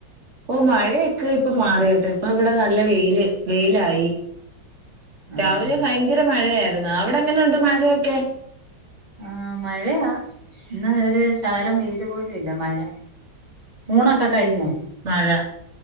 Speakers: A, on the right; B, on the right.
A: പ്പ മഴയൊക്കെ ഇപ്പൊ മാറട്ടെ ഇപ്പൊ ഇവിടെ നല്ല വെയില് വെയിലായി
B: ആഹ്
A: രാവിലെ
B: ആഹ്
A: ഭയങ്കര മഴയായിരുന്നു അവിടെ എങ്ങനെുണ്ട് മഴയൊക്കെ
B: ആ മഴയാ ഇന്ന് ഒരു ശകലം പെയര് പോലും ഇല്ല മഴ ൂണക്ക കഴഞ്ഞാ
A: മഴ